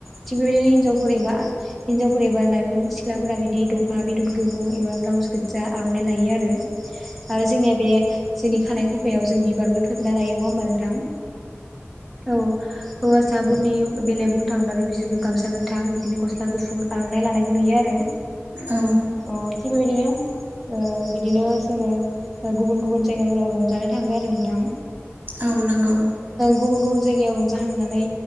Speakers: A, in the centre; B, on the right (about 35°).
A: थिग बेबायदिनो हिनजावफोर एबा हिन्जावफोर एबा लाइमोन सिख्लाफोरा बिदि दख'ना बेदन गोमो एबा ब्लाउस गोजा आर'नाइ लायो आरो। आरो जोंनिया बे जोंनि खानाय खफायाव जों बिबारबो थोबना लायो नङा होमबा नोंथां औ। हौवासाफोरनि बेलायाव बुंनो थाङोब्लाथाय बिसोरखौ गामसा गोथां बिदिनो गस्ला गुफुर आर'नाइ लानायखौ नुयो आरो
B: औ।
A: अ थिग बेबायदिनो बिदिनो जोंङो गुबुन गुबुन जायगाफोराव रंजानाय थाङो आरो नोंथां
B: औ नंगौ
A: गुबुन गुबुन जायगायाव रंजाहांनानै